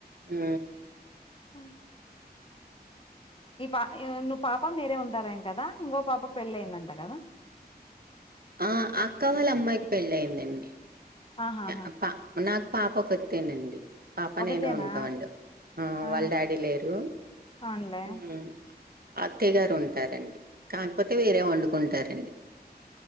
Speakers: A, on the right (about 65°); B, on the left (about 30°).
A: ఊ
B: ఉ ఈ పా యూం ను పాప మీరే ఉంటారేం కదా ఇంగో పాపకు పెళ్ళైందట కదా!
A: ఆ అక్క వాళ్ళ అమ్మాయికి పెళ్ళైందండి
B: ఆహాహా
A: అ ప నాకు పాపొకత్తేనండి పాప
B: ఒకతేనా
A: నేను ఉంటావండి ఊ
B: ఆహా
A: వాళ్ళ డాడీ లేరు
B: అవునులే
A: ఉ అత్తయ్య గారుంటారండి కాకపోతే వేరే వండుకుంటారండి.